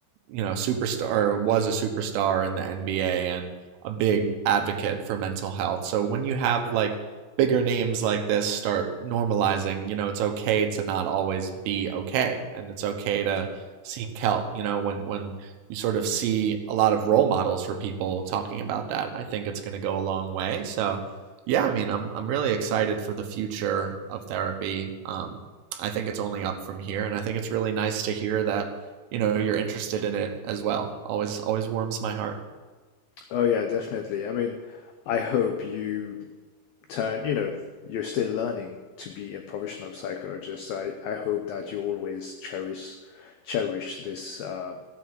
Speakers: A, on the right; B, on the left.
A: you know, superstar or was a superstar in the NBA and a big advocate for mental health. So when you have like bigger names like this start normalizing, you know, it's okay to not always be okay and it's okay to seek help, you know, when when you sort of see a lot of role models for people talking about that, I think it's going to go a long way. So yeah, I mean, I'm I'm really excited for the future of therapy. Um, I think it's only up from here, and I think it's really nice to hear that you know you're interested in it as well. Always always warms my heart.
B: Oh yeah, definitely. I mean, I hope you turn, you know, you're still learning to be a professional psychologist. I, I hope that you always cherish cherish this uh,